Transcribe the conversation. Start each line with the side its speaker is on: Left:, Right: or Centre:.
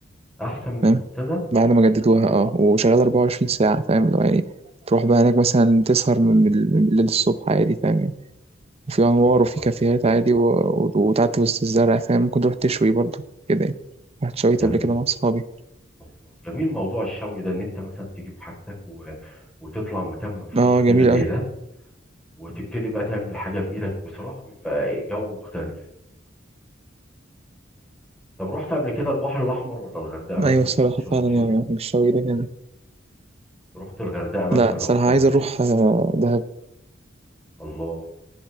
Centre: احسن من
Right: فاهم
Centre: المنتزه
Right: بعد ما جددوها اه وشغالة 24 ساعة فاهم لو يعني تروح بقى هناك مثلا تسهر من من- من الليل الصبح عادي فاهم يعني؟ وفي انوار
Centre: الله
Right: وفي كافيهات
Centre: جميل
Right: عادي و... و- وتعدي وسط الزرع فاهم ممكن تروح تشوي برضه كده يعني رحت شويت
Centre: جميل
Right: قبل كده مع اصحابي
Centre: الله جميل موضوع الشوي ده ان انت مثلا تجيب حاجتك و... وتطلع مكان مفتوح
Right: اه
Centre: كده
Right: جميل
Centre: زي
Right: اوي
Centre: ده وتبتدي بقى تعمل حاجه بايدك بصراحه بيبقى جو مختلف طب رحت قبل كده البحر الاحمر ولا الغردقه مثلا
Right: ايوه الصراحه
Centre: او شرم
Right: فعلا
Centre: الشيخ
Right: يعني الشوي ده جميل
Centre: رحت الغردقه مثلا
Right: لا صراحه
Centre: او شرم
Right: عايز
Centre: الشيخ
Right: اروح آه، دهب
Centre: الله